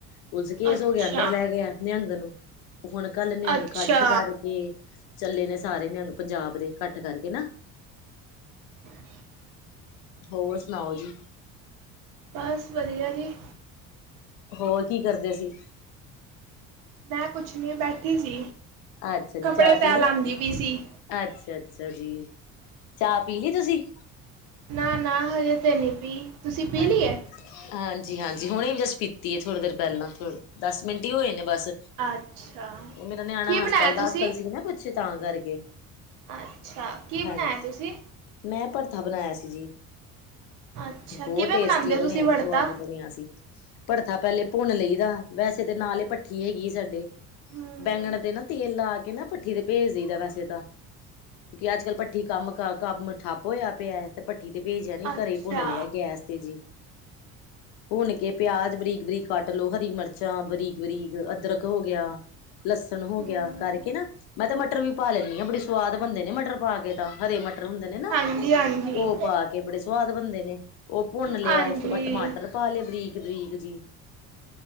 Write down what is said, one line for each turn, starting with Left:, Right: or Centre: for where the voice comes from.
Left: ਪੁਲਸ ਕੇਸ
Right: ਅੱਛਾ
Left: ਹੋ ਗਿਆ ਅੰਦਰ ਲੈ ਗਿਆ ਨਿਹੰਗ ਨੂੰ ਹੁਣ ਕੱਲ ਨਿਹੰਗ
Right: ਅੱਛਾ
Left: ਇਕੱਠ ਕਰਕੇ ਚੱਲੇ ਨੇ ਸਾਰੇ ਨਿਹੰਗ ਪੰਜਾਬ ਦੇ ਇਕੱਠ ਕਰਕੇ ਨਾ
Right: <inaudible> <inaudible>
Left: ਹੋਰ ਸੁਣਾਓ ਜੀ
Right: ਬਸ ਵਧੀਆ ਜੀ
Left: ਹੋਰ ਕੀ ਕਰਦੇ ਸੀ
Right: ਮੈਂ ਕੁਛ ਨੀ ਬੈਠੀ ਸੀ
Left: ਅੱਛਾ ਜੀ
Right: ਕੱਪੜੇ
Left: ਚਾਹ
Right: ਤੈਅ
Left: ਪੀ
Right: ਲਾਂਦੀ
Left: ਲਈ
Right: ਪਈ ਸੀ
Left: ਅੱਛਾ ਅੱਛਾ ਜੀ ਚਾਹ ਪੀ ਲਈ ਤੁਸੀਂ
Right: ਨਾ ਨਾ ਹਜੇ ਤੇ ਨੀ ਪੀ ਤੁਸੀਂ
Left: <unintelligible>
Right: ਪੀ ਲਈ ਹੈ
Left: <inaudible> ਹਾਂਜੀ ਹਾਂਜੀ ਹੁਣੇ ਈ ਜਸਟ ਪੀਤੀ ਏ ਥੋੜ੍ਹੀ ਦੇਰ ਪਹਿਲਾਂ ਦਸ ਮਿੰਟ ਹੀ ਹੋਏ ਨੇ ਬਸ
Right: ਅੱਛਾ
Left: ਮੇਰਾ ਨਿਆਣਾ
Right: ਕੀ ਬਣਾਇਆ
Left: ਹਸਪਤਾਲ ਦਾਖਲ
Right: ਤੁਸੀਂ
Left: ਸੀ ਨਾ ਕੁਛ ਤਾਂ ਕਰਕੇ
Right: ਅੱਛਾ ਕੀ ਬਨਾਇਆ
Left: ਹਾਂਜੀ
Right: ਤੁਸੀਂ
Left: ਮੈਂ ਭਰਥਾ ਬਨਾਇਆ ਸੀ ਜੀ
Right: ਅੱਛਾ
Left: ਬਹੁਤ
Right: ਕਿਵੇਂ
Left: ਟੇਸਟੀ
Right: ਬਣਾਉਂਦੇ ਹੋ ਤੁਸੀਂ
Left: ਬਣਿਆ
Right: ਵੜਤਾ
Left: ਸੀ ਸਵਾਦ ਬਣਿਆ ਸੀ ਭੜਥਾ ਪਹਿਲੇ ਭੁੰਨ ਲਈ ਦਾ ਵੈਸੇ ਤੇ ਨਾਲ ਈ ਭੱਠੀ ਹੈਗੀ ਸਾਡੇ
Right: ਹਮ
Left: ਬੈਂਗਣ ਤੇ ਨਾ ਤੇਲ ਲਾ ਕੇ ਨਾ ਪੱ ਭੱਠੀ ਤੇ ਭੇਜਦੀ ਦਾ ਵੈਸੇ ਤਾਂ ਕਿ ਅੱਜ ਕੱਲ ਭੱਠੀ ਕੰਮ ਕੰਮ ਠੱਪ ਹੋਇਆ ਪਿਆ ਤੇ ਭੱਠੀ ਤੇ ਭੇਜਿਆ ਨੀ
Right: ਅੱਛਾ
Left: ਘਰੇ ਭੁੰਨ ਲਿਆ ਗੈਸ ਤੇ ਜੀ ਭੁੰਨ ਕੇ ਪਿਆਜ ਬਰੀਕ ਬਰੀਕ ਕੱਟ ਲੋ ਹਰੀ ਮਿਰਚਾਂ ਬਰੀਕ ਬਰੀਕ ਅਦਰਕ ਹੋ ਗਿਆ ਲਸਣ ਹੋ
Right: ਹਮ
Left: ਗਿਆ ਕਰਕੇ ਨਾ ਮੈਂ ਤੇ ਮਟਰ ਵੀ ਪਾ ਲੈਂਨੀ ਆ ਬੜੀ ਸਵਾਦ ਬਣਦੇ ਨੇ ਮਟਰ ਪਾ ਕੇ ਤਾਂ ਹਰੇ ਮਟਰ ਹੁੰਦੇ ਨੇ ਨਾ
Right: ਹਾਂਜੀ ਹਾਂਜੀ
Left: ਉਹ ਪਾ ਕੇ ਬੜੇ ਸਵਾਦ ਬਨਦੇ ਨੇ ਉਹ ਭੁੰਨ ਲਿਆ
Right: ਹਾਂਜੀ
Left: ਉਸ ਤੋਂ ਬਾਅਦ ਟਮਾਟਰ ਪਾ ਲਏ ਬਰੀਕ ਬਰੀਕ ਜੀ